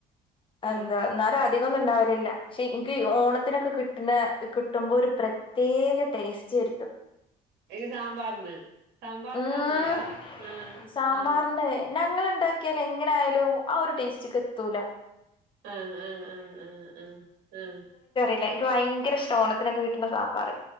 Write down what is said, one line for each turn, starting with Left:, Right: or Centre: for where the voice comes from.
Left: എന്താ
Right: ആ.
Left: എന്നാലും അധികന്നും ഉണ്ടാവലില്ല. പക്ഷെ എനിക്ക് ഓണത്തിനൊക്കെ കിട്ടണ കിട്ടുമ്പോ ഒരു പ്രത്യേക ടേസ്റ്റ് ഇല്ല.
Right: ഇത് സാമ്പാറിന്. സാമ്പാറിനാണോ
Left: ഉം
Right: അതാ ആ
Left: സാമ്പാറിന്
Right: ആ.
Left: ഞങ്ങൾ ഉണ്ടാക്കിയാൽ എങ്ങനെ ആയാലും ആ ഒരു ടേസ്റ്റ് കിട്ടൂല.
Right: ആ ആ ആ ആ ആ ആ.
Left: ഇല്ല എനിക്ക് ഭയങ്കര ഇഷ്ടാ ഓണത്തിനക്കെ കിട്ടുന്ന സാമ്പാറ്.